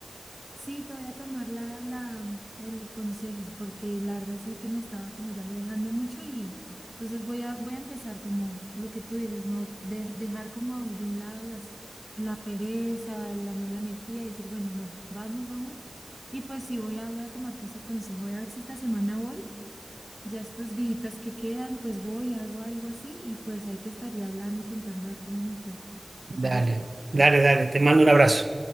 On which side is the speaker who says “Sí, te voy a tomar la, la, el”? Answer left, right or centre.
Centre